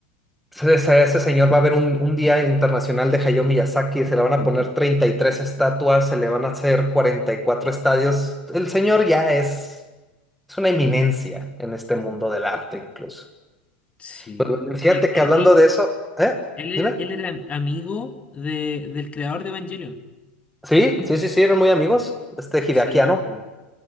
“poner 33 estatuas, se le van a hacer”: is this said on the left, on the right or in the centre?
Centre